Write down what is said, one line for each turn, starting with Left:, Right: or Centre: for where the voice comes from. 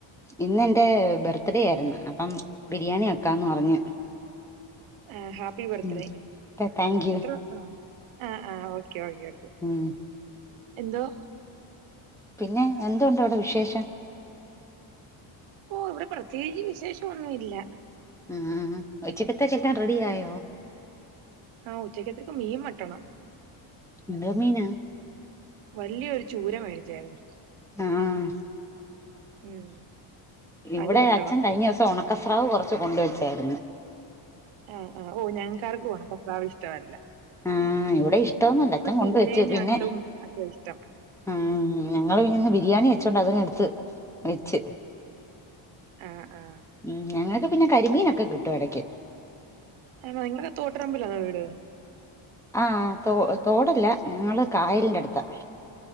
Centre: ഇന്നെന്റെ ബർത്ത്ഡേ ആയിരുന്നു. അപ്പം ബിരിയാണി വക്കാന്ന് പറഞ്ഞ്
Right: ആഹ് happy birth
Centre: um
Right: day.
Centre: Thank you
Right: അത്ര? ആഹ് ആഹ് ആഹ് ഓക്കെ ഓക്കെ ഓകെ
Centre: ഉം
Right: എന്തോ?
Centre: പിന്നെ എന്തുണ്ടവിടെ വിശേഷം?
Right: ഓ ഇവിടെ പ്രത്യേകിച്ച് വിശേഷംന്നുല്ല.
Centre: മ് ഉച്ചയ്ക്കത്തേക്കെല്ലാം റെഡിയായോ?
Right: ആഹ് ഉച്ചയ്ക്കത്തേക്ക് മീൻ വെട്ടണം.
Centre: എന്തോ മീനാ?
Right: വല്ല്യയൊരു ചൂര മേടിച്ചായിരുന്നു.
Centre: ആഹ്
Right: ഉം.
Centre: ഇവിടെ
Right: അത് വെട്ടണം
Centre: അച്ഛൻ കഴിഞ്ഞസം ഉണക്കസ്രാവ് കുറച്ച് കൊണ്ടുവെച്ചാരുന്ന്
Right: ആഹ് ആഹ് ഓ ഞങ്ങക്കാർക്കും ഒണക്ക സ്രാവ് ഇഷ്ടല്ല.
Centre: ആഹ് ഇവിടെ ഇഷ്ടോന്നല്ല അച്ഛൻ കൊണ്ട്‌വെച്ചു
Right: ചൂരയും
Centre: പിന്നെ
Right: ഞണ്ടും ഒക്കെ ഇഷ്ടം
Centre: ഉം ഞങ്ങള് പിന്നിന്ന് ബിരിയാണി വെച്ചോണ്ട് അതങ്ങ് എടുത്ത് വെച്ച്.
Right: ആ ആ
Centre: ഉം ഞങ്ങക്ക് പിന്നെ കരിമീനൊക്കെ കിട്ടും എടക്ക്.
Right: ആണോ നിങ്ങടെ തോട്ട് രമ്പിലാന്നോ വീട്
Centre: ആഹ് തോ തോടല്ല ഞങ്ങള് കായലിന്റെ അടുത്താ